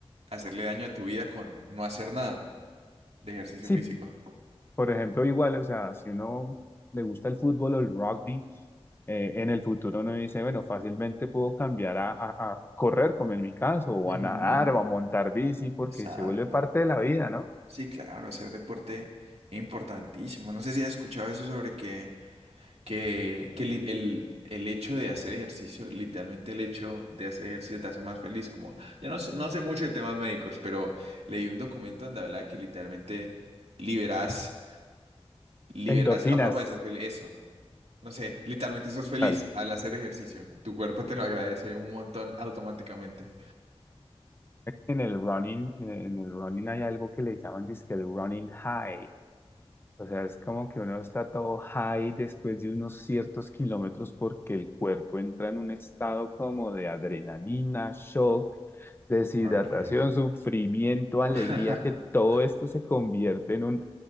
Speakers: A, on the right; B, on the left.
A: hacerle daño a tu vida con no hacer nada de ejercicio
B: Sí,
A: físico.
B: Por ejemplo, igual, o sea, si uno le gusta el fútbol o el rugby, eh, en el futuro uno dice, bueno, fácilmente puedo cambiar a, a- a correr, como en mi caso, o
A: Ujú,
B: a nadar, o a montar bici, porque
A: exacto.
B: se vuelve parte de la vida, ¿no?
A: Sí, claro, hacer deporte es importantísimo. No sé si has escuchado eso sobre que, que, que li- el, el hecho de hacer ejercicio, literalmente el hecho de hacer ejercicio te hace más feliz. Como, yo no, sé- no sé mucho de temas médicos, pero leí un documento donde hablaba que literalmente liberas, liberas
B: Endorfinas,
A: la forma de ser feliz. Eso, no sé, literalmente sos feliz
B: tal.
A: al hacer ejercicio. Tu cuerpo te lo agradece un montón automáticamente.
B: En el running, eh, en el running hay algo que le llaman, dizque el running high. O sea, es como que uno está todo high después de unos ciertos kilómetros porque el cuerpo entra en un estado como de adrenalina, shock Deshidratación,
A: Ok.
B: sufrimiento, alegría,
A: <laughs>
B: que todo esto se convierte en un,